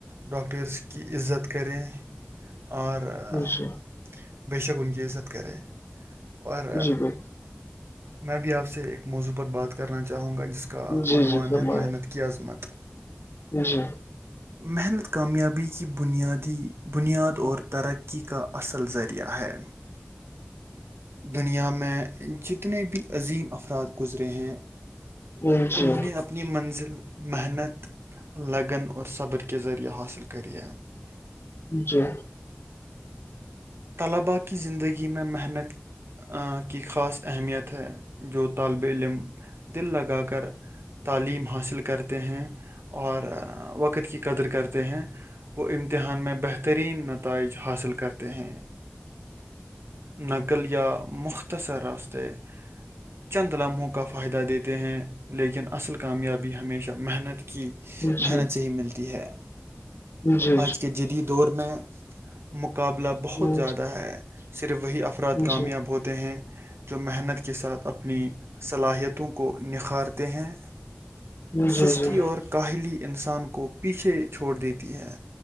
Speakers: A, on the right (about 80°); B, on the left (about 70°).
A: ڈاکٹرس کی عزت کریں اور اہ،
B: اچھا
A: بے شک ان کی عزت کرے اور
B: جی بالکل
A: میں بھی آپ سے ایک موضوع پر بات کرنا چاہوں گا جس کا
B: جی
A: عنوان
B: جی فرمائیں
A: ہے محنت کی عظمت
B: جی
A: محنت کامیابی کی بنیادی بنیاد اور ترقی کا اصل ذریعہ ہے دنیا میں جتنے بھی عظیم افراد گزرے ہیں
B: جی جی
A: انہوں نے اپنی منزل محنت لگن اور صبر کےہ ذریعہ حاصل کرے ہم
B: جی
A: طلباء کی زندگی میں محنت کی خاص اہمیت ہے جو طالب علم دل لگا کر تعلیم حاصل کرتے ہیں اور وقت کی قدر کرتے ہیں وہ امتحان میں بہترین نتائج حاصل کرتے ہیں نقل یا مختصر راستتے چند لمحوں کا فائدہ دیتے ہیں لیکن اصل کامیابی ہمیشہ محنت کی
B: جی
A: محنت سے ہی ملتی ہے
B: جی جی جی
A: آج کے جدید دور میں مقابلہ بہت
B: جی
A: زیادہ ہے صرف وہی افراد کامیاب
B: جی جی جی
A: ہوتے ہیں جو محنت کے ساتھ اپنی صلاحیتوں کو نکھارتے ہیں
B: جی
A: سستی
B: جی جی جی
A: اور کاہلی انسان کو پیچھے چھوڑ دیتی ہے